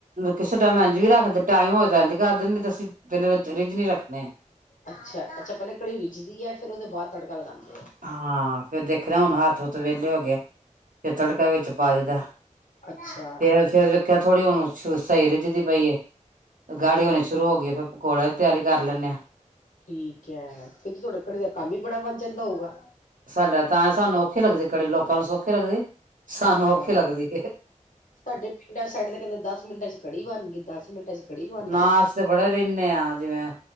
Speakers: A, on the right (about 80°); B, on the left (about 75°).
A: ਕਿਸੇ ਮੈਂ ਏਂਝ ਵੀ ਰੱਖਦੇ ਟਾਈਮ ਹੋਏਤੇ ਏਂਜ ਕਰ ਦੇਨੇ ਤੇ ਅਸੀ ਪਹਿਲੇ ਰ ਰਿੱਝਨੀ ਰੱਖਣੇ ਆ।
B: ਅੱਛਾ-ਅੱਛਾ ਪਹਿਲੇ ਕੜੀ ਰਿਜਦੀ ਹੈ ਫਿਰ ਉਹਦੇ ਬਾਅਦ ਤੜਕਾ ਲਗਾਦੇ ਔ।
A: ਹਾਂ ਫਿਰ ਦੇਖਣਾ ਹੁਣ ਹੱਥ ਤੋਂ ਵਿਹਲੇ ਹੋ ਗੇ। ਫੇਰ ਤੜਕਾ ਵਿੱਚ ਪਾ ਦਿੱਤਾ।
B: ਅੱਛਾ,
A: ਫੇਰ ਫੇਰ ਵੇਖਿਆ। ਥੋੜੀ ਹੁਣ ਤ ਸਹੀ ਰਿੱਝਦੀ ਪਈ ਏ
B: ਅੱਛਾ
A: ਗਾੜੀ ਹੋਣੀ ਸ਼ੁਰੂ ਹੋ ਗਈ ਫਿਰ ਪਕੋੜੇ ਦੀ ਤਿਆਰੀ ਕਰ ਲੈਂਨੇ ਆ।
B: ਠੀਕ ਐ, ਫਿਰ ਤੇ ਤੁਹਾਡੇ ਕੜੀ ਦਾ ਕੰਮ ਹੀ ਬੜਾ ਵਧ ਜਾਂਦਾ ਹੋਊਗਾ।
A: ਸਾਡਾ ਤਾਂ ਸਾਨੂੰ ਔਖੀ ਲੱਗਦੀ ਕੜੀ ਲੋਕਾਂ ਨੂੰ ਸੌਖੀ ਲੱਗਦੀ। ਸਾਨੂੰ ਔਖੀ
B: ਹਾਂ
A: ਲੱਗਦੀ
B: ਸਾਡੇ ਪਿੰਡਾਂ ਸਾਈਡ ਤੇ ਕਹਿੰਦੇ ਦਸ ਮਿੰਟਾਂ ਚ ਕੜੀ ਬਣ ਗਈ। ਦਸ ਮਿੰਟਾਂ 'ਚ, ਕੜੀ ਬਣ
A: ਨਾ
B: ਗਈ।
A: ਅਸੀਂ ਤੇ ਬੜੇ ਰਹਿੰਦੇ ਹਾਂ ਜਿਵੇਂ